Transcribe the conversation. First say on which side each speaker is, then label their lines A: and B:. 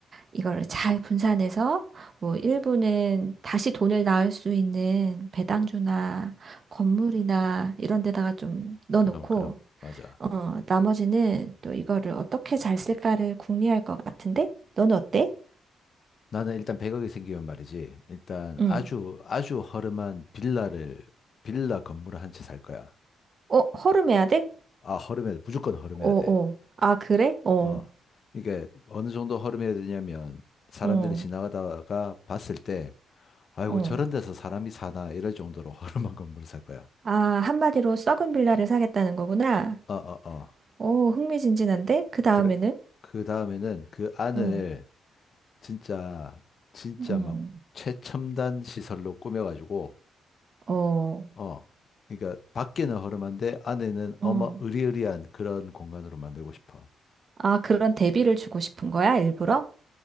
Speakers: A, on the right; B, on the left.
A: 이걸 잘 분산해서 뭐 일부는 다시 돈을 낳을 수 있는 배당주나 건물이나 이런 데다가 좀 넣어놓고
B: 그럼, 그럼. 맞아.
A: 어, 나머지는 또 이거를 어떻게 잘 쓸까를 궁리할 것 같은데? 너는 어때?
B: 나는 일단 100억이 생기면 말이지. 일단
A: 응.
B: 아주, 아주 허름한 빌라를, 빌라 건물을 한 채 살 거야.
A: 어, 허름해야 돼?
B: 아, 허름해야 돼. 무조건 허름해야
A: 어, 어.
B: 돼.
A: 아, 그래? 어,
B: 어. 이게 어느 정도 허름해야 되냐면 사람들이
A: 어,
B: 지나가다가 봤을 때, 아이고,
A: 어.
B: 저런 데서 사람이 사나 이럴 정도로 <laughs> 허름한 건물을 살 거야.
A: 아, 한마디로 썩은 빌라를 사겠다는 거구나.
B: 어, 어, 어.
A: 어, 흥미진진한데? 그 다음에는?
B: 그래. 그 다음에는 그 안을
A: 응,
B: 진짜, 진짜
A: 응,
B: 막 최첨단 시설로 꾸며가지고
A: 어,
B: 어, 그러니까 밖에는 허름한데 안에는 어마
A: 어.
B: 으리으리한 그런 공간으로 만들고 싶어.
A: 아, 그런 대비를 주고 싶은 거야, 일부러?